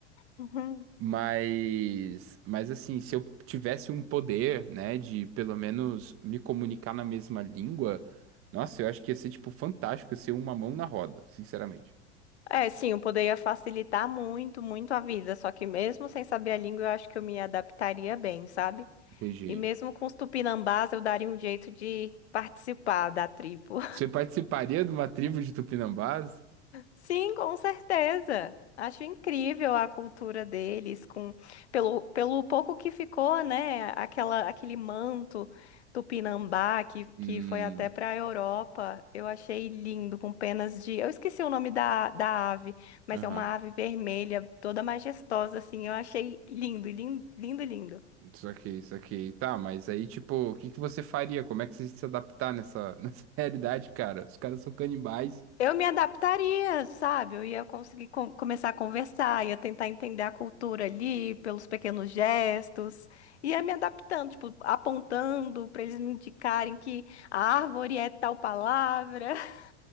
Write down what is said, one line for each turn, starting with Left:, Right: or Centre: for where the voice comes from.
Left: uhum.
Right: Mas, mas assim, se eu tivesse um poder, né, de pelo menos me comunicar na mesma língua, nossa, eu acho que ia ser, tipo, fantástico ia ser uma mão na roda, sinceramente.
Left: É, sim, eu poderia facilitar muito, muito a vida, só que mesmo sem saber a língua, eu acho que eu me adaptaria bem, sabe?
Right: entendi
Left: E mesmo com os tupinambás, eu daria um jeito de participar da tribo.
Right: Você participaria de uma tribo de Tupinambás?
Left: Sim, com certeza. Acho incrível a cultura deles, com pelo, pelo pouco que ficou, né? Aquela, aquele manto tupinambá que,
Right: Hum,
Left: que foi até para a Europa. Eu achei lindo, com penas de. Eu esqueci o nome da, da ave, mas
Right: aham.
Left: é uma ave vermelha, toda majestosa, assim. Eu achei lindo, lindo, lindo, lindo.
Right: só que isso aqui. Tá, mas aí, tipo, o que que você faria? Como é que você ia se adaptar nessa, <laughs> nessa realidade, cara? Os caras são canibais.
Left: Eu me adaptaria, sabe? Eu ia conseguir com- começar a conversar, ia tentar entender a cultura ali pelos pequenos gestos, ia me adaptando, tipo, apontando para eles me indicarem que a árvore é tal palavra. <laughs>